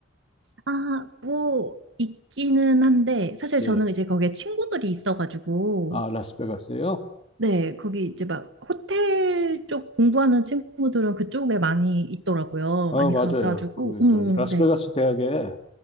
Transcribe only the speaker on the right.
아 뭐 있기는 한데 사실
저는 이제 거기에 친구들이 있어가지고
네, 거기 이제 막 호텔 쪽 공부하는 친구들은 그쪽에 많이 있더라고요.
많이
가가지고,
음,
음, 네,